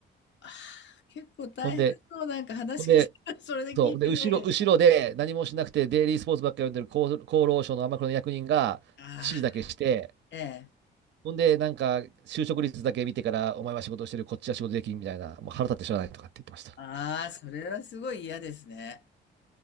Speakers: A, on the left; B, on the right.
A: ああ、結構大変そう。
B: ほんで、
A: なんか話聞いてる、
B: ほんで、
A: それで聞いてるだけで。
B: そう、で、後ろ、後ろで何もしなくて、デイリースポーツばっかり読んでる厚、厚労省の天黒の役人が指示だけして、
A: ああ、ええ。
B: ほんで、なんか、就職率だけ見てから、お前は仕事してる、こっちは仕事できんみたいな、もう腹立ってしゃあないとかって言ってました。
A: ああ、それはすごい嫌ですね。